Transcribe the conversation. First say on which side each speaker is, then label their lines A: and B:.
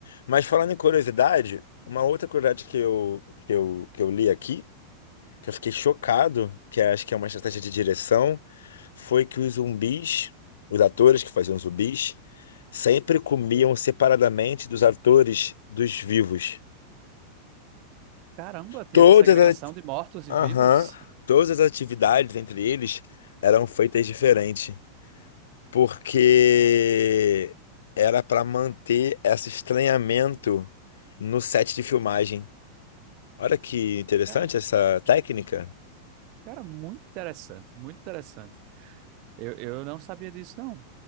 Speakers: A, on the left; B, on the right.
A: Mas falando em curiosidade, uma outra curiosidade que eu, que eu, que eu li aqui, que eu fiquei chocado, que é, acho que é uma estratégia de direção, foi que os zumbis, os atores que faziam zumbis, Sempre comiam separadamente dos atores dos vivos.
B: Caramba, tem
A: Todas
B: essa segregação
A: as,
B: de mortos e
A: aham,
B: vivos. <laughs>
A: todas as atividades entre eles eram feitas diferente, porque era para manter esse estranhamento no set de filmagem. Olha que interessante
B: É,
A: essa técnica.
B: cara, muito interessante, muito interessante. Eu, eu não sabia disso, não.